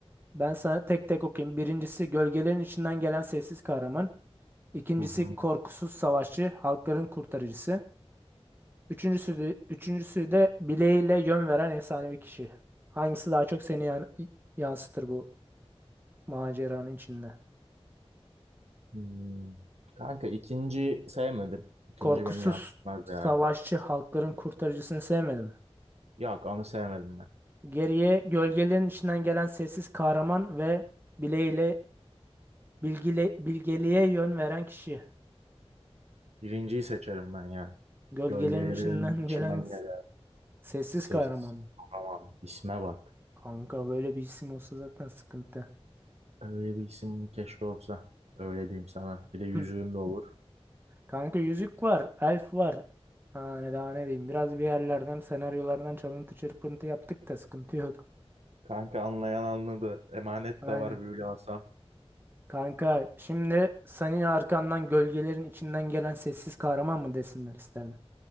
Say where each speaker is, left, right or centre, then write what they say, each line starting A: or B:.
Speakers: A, on the right (about 20°); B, on the right (about 80°).
A: Ben sana tek tek okuyayım. Birincisi gölgelerin içinden gelen sessiz kahraman. İkincisi
B: Hı hı.
A: korkusuz savaşçı, halkların kurtarıcısı. Üçüncüsü de, üçüncüsü de bileğiyle yön veren efsanevi kişi. Hangisi daha çok seni yan- yansıtır bu maceranın içinde?
B: Hmm. Kanka ikinci sevmedim. İkinci
A: Korkusuz
B: beni yansıtmaz
A: savaşçı,
B: ya.
A: halkların kurtarıcısını sevmedim
B: Yok onu sevmedim
A: Geriye gölgelerin içinden gelen sessiz kahraman ve bileğiyle bilgile, bilgeliğe yön veren kişi.
B: Birinciyi seçerim ben ya.
A: Gölgelerin
B: Gölgelerin
A: içinden
B: içinden
A: <laughs> gelen s-
B: gelen
A: sessiz
B: ses.
A: kahraman. mı?
B: Tamam. İsme bak.
A: Kanka böyle bir isim olsa zaten sıkıntı.
B: Öyle bir isim keşke olsa. Öyle diyeyim sana. Bir de yüzüğüm
A: Hı.
B: de olur.
A: Kanka yüzük var, elf var. Ha, ne daha ne diyeyim. Biraz bir yerlerden, senaryolardan çalıntı çırpıntı yaptık da sıkıntı yok.
B: Kanka anlayan anladı. Emanet
A: Aynen.
B: de var böyle alsam.
A: Kanka şimdi senin arkandan gölgelerin içinden gelen sessiz kahraman mı desinler isterim.